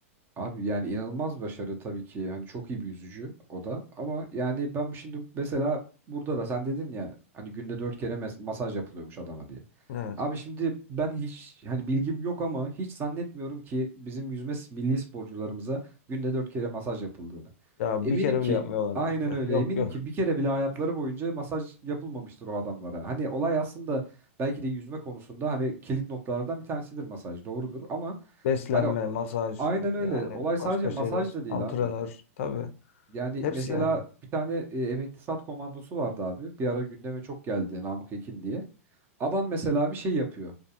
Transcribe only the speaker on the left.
Evet.
Ya
bir kere
bile yapmıyorlardır.
Ya,
yok
yok.
Beslenme,
masaj
yani
başka
şeyler.
Antrenör
tabii.
Hepsi
yani.